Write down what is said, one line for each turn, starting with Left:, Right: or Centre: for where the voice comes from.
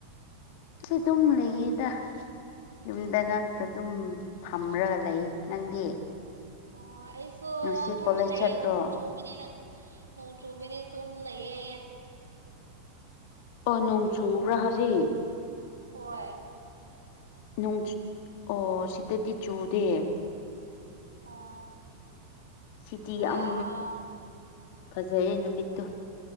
Left: ꯑꯩꯁꯨ ꯑꯗꯨꯝ ꯂꯩꯌꯦꯗ ꯌꯨꯝꯗ
Right: ꯑꯣ
Left: ꯅꯠꯇ
Right: ꯑꯣ
Left: ꯑꯗꯨꯨꯝ ꯐꯝꯔꯒ ꯂꯩ ꯅꯪꯗꯤ
Right: ꯑꯣ ꯑꯩꯁꯨ
Left: ꯉꯁꯤ
Right: ꯇꯨꯝꯃ
Left: ꯀꯣꯂꯦꯖ
Right: ꯂꯩꯌꯦ
Left: ꯆꯠꯇ꯭ꯔꯣ
Right: ꯅꯣꯡ ꯆꯨꯕꯅꯤꯅ ꯅꯣꯡ ꯆꯨꯕꯅꯦ ꯇꯨꯝ ꯂꯩꯌꯦ
Left: ꯑꯣ ꯅꯣꯡ ꯆꯨꯕ꯭ꯔꯥ ꯍꯧꯖꯤꯛ
Right: ꯍꯣꯏ
Left: ꯅꯣꯡ ꯑꯣ ꯁꯤꯗꯗꯤ ꯆꯨꯗꯦ
Right: ꯑꯣ
Left: ꯁꯤꯗꯤ ꯌꯥꯝ
Right: ꯑꯥ
Left: ꯐꯖꯩꯌꯦ ꯅꯨꯃꯤꯠꯇꯣ